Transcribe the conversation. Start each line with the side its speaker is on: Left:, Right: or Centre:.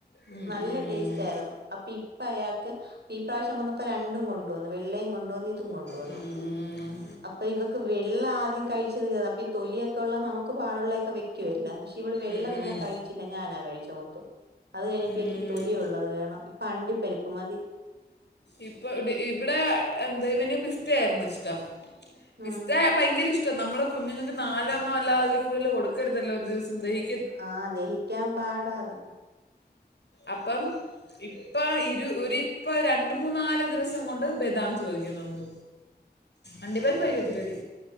Left: ഉം,
Right: നല്ല
Left: ഉം.
Right: ടേസ്റ്റ് ക്കയായിരുന്നു അപ്പൊ ഇപ്പ അയാൾക്ക് ഈ പ്രാവശ്യം വന്നപ്പോ രണ്ടും കൊണ്ടു വന്നു വെള്ളയും കൊണ്ടുവന്നു ഇതും കൊണ്ട വന്നു
Left: ഉം, ഉം
Right: അപ്പൊ ഇവക്ക് വെള്ള ആദ്യം കഴിച്ച തീ അപ്പൊ തൊലിയൊക്കെയൊള്ള നമുക്ക് പാടുള്ളൊക്കെ വെക്കുവെല്ലാം പക്ഷേ ഇവള് വെള്ള
Left: ഉം,
Right: പിന്നെ
Left: ഉം.
Right: കഴി ചില്ല ഞാനാ കഴിച്ചമോത്തം അത് കഴിഞ്ഞപ്പഴേക്ക്
Left: ഉം.
Right: ഈ തൊലി ഉള്ളത് വേണം ഇപ്പെ അണ്ടി പരിപ്പ് മതി
Left: ഇപ്പെ ഇടെ ഇവടെ എന്തെ ഇവന് പിസ്റ്റ ആയിരുന്നു ഇഷ്ടം
Right: ഉം
Left: പിസ്തയാ ഭയങ്കര ഇഷ് നമ്മൾ കുഞ്ഞുങ്ങൾക്ക് നാലെണ്ണം അല്ലാതെ അതിൽ കൂടുതൽ കൊടുക്കരുതല്ലോ ഒരു ദിവസം ദഹി
Right: ആഹ് ദഹിക്കാൻ പാടാ അതൊക്കെ
Left: അപ്പം ഇപ്പം ഇരു ഒരു ഇപ്പ രണ്ട് മൂന്നാല് ദിവസം കൊണ്ട് ബെദാം ചോദിക്കുന്നുണ്ട് അണ്ടി പരിപ്പ് കഴികത്തില്ലെടി